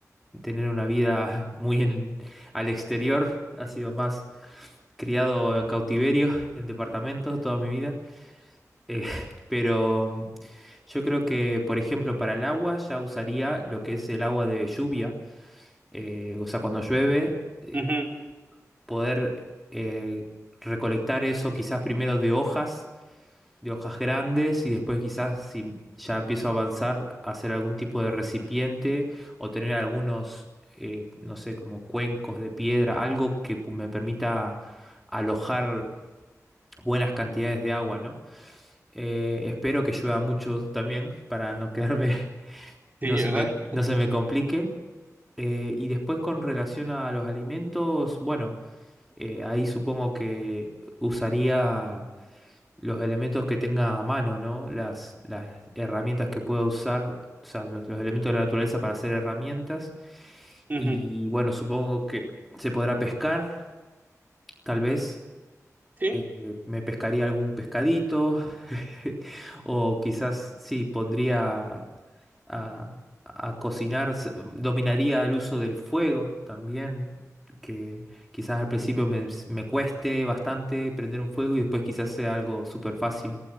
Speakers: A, in the centre; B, on the right.
A: tener una vida <laughs> muy en- al exterior, ha sido más criado en cautiverio, en departamentos toda mi vida. Eh, pero Yo creo que, por ejemplo, para el agua ya usaría lo que es el agua de lluvia, eh, o sea, cuando llueve, eh,
B: ujú,
A: poder eh, recolectar eso quizás primero de hojas, de hojas grandes, y después quizás si ya empiezo a avanzar, hacer algún tipo de recipiente o tener algunos, eh, no sé, como cuencos de piedra, algo que pu- me permita alojar buenas cantidades de agua, ¿no? Eh, espero que llueva mucho también para no quedarme <laughs> No
B: sí,
A: se
B: ¿verdad?
A: me, no se me complique. Eh, y después con relación a los alimentos, bueno, eh, ahí supongo que usaría los elementos que tenga a mano, ¿no? Las, las herramientas que pueda usar, o sea, los, los elementos de la naturaleza para hacer herramientas.
B: Ujú,
A: Y bueno, supongo que se podrá pescar, tal vez
B: sí,
A: eh, me pescaría algún pescadito <laughs> o quizás sí pondría a, a cocinar, s- dominaría el uso del fuego también, que quizás al principio me, me cueste bastante prender un fuego y después quizás sea algo súper fácil,